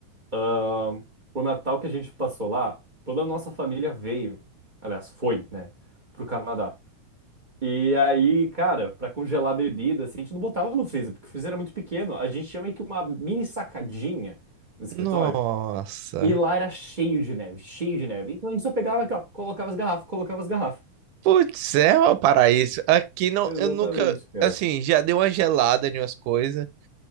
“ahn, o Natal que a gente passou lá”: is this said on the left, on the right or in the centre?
Right